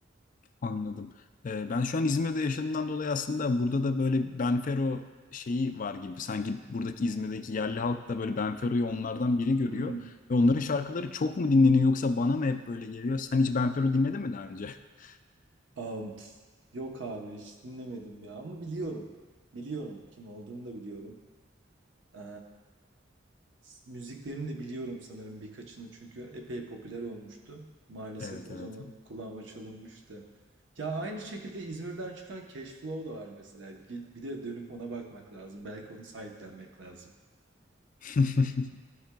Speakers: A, on the left; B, on the right.
A: Anladım. Ee, ben şu an İzmir'de yaşadığımdan dolayı aslında burada da böyle Benfero şeyi var gibi. Sanki buradaki İzmir'deki yerli halk da böyle Benfero'yu onlardan biri görüyor.
B: Hmm.
A: Ve onların şarkıları çok mu dinleniyor yoksa bana mı hep böyle geliyor? Sen hiç Benfero dinledin mi daha önce? <laughs>
B: Am, pf, yok abi hiç dinlemedim ya ama biliyorum. Biliyorum kim olduğunu da biliyorum. Ee, S- Müziklerini de biliyorum sanırım birkaçını çünkü epey popüler olmuştu. Maalesef
A: Evet
B: o
A: evet.
B: zaman kulağıma çalınmıştı. Ya aynı şekilde İzmir'den çıkan Cash Flow da var mesela. Ge- Bir de dönüp ona bakmak lazım. Belki onu sahiplenmek lazım.
A: <laughs>